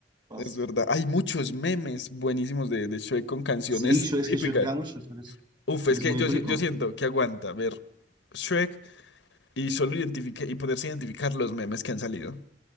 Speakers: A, on the right; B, on the left.
A: pues,
B: es verdad. Hay muchos memes buenísimos de, de Shrek con canciones
A: sí, Shrek, es
B: típicas.
A: que Shrek crea mucho. Shrek es,
B: Uf,
A: Shrek
B: es que
A: es muy
B: yo,
A: icónico.
B: si- yo siento que aguanta ver Shrek y solo identifique y poderse identificar los memes que han salido.